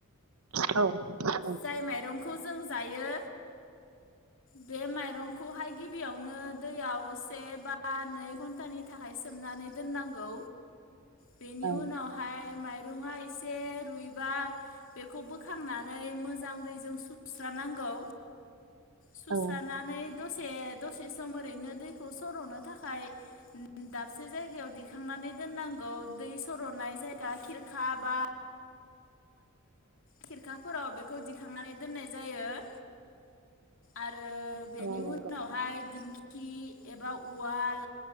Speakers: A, on the right (about 70°); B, on the left (about 60°).
A: औ खोनादों
B: जाय माइरं खौ जों जायो बे मायरंखौहाय गिबियावनो दैयाव से बा नै धन्टानि थाखाय सोमनानै दोननांगौ बेनि
A: औ
B: उनावहाय मायरंआ एसे रुयबा बेखौ बोखांनानै मोजां दैजों सुस्र नांगौ। सुस्रानानै
A: औ
B: दसे दसे सम ओरैनो दैखौ सर'नो थाखाय दाबसे जायगायाव दिखांनानै दोननांगौ दै सर'नाय जायगा खिरखा बा खिरखाफोराव बेखौ दिखांनानै दोननाय जायो आरो। आरो बेनि
A: औ
B: उनावहाय दिंखि खि एबा उवाल